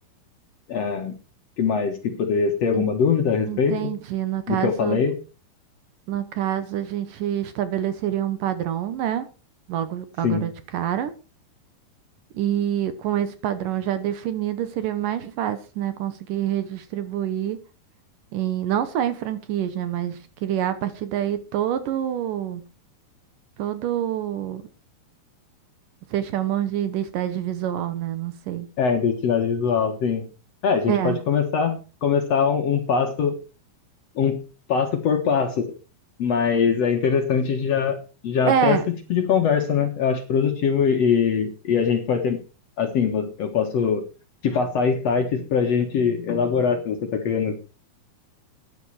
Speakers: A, on the left (about 55°); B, on the right (about 70°).
A: é, que mais? Que poderia ter alguma
B: En-
A: dúvida a respeito
B: Entendi. No caso,
A: do que eu falei?
B: no caso, a gente estabeleceria um padrão, né? Logo
A: Sim.
B: agora de cara. E com esse padrão já definido, seria mais fácil, né? Conseguir redistribuir E não só em franquias, né? Mas criar a partir daí todo, todo, vocês chamam de identidade visual, né? Não sei.
A: É, identidade visual, sim. É, a gente
B: É,
A: pode começar, começar um, um passo um passo por passo. Mas é interessante já, já
B: é,
A: ter esse tipo de conversa, né? Eu acho produtivo e, e a gente pode ter, assim, vo- eu posso te passar insights para a gente elaborar se você está querendo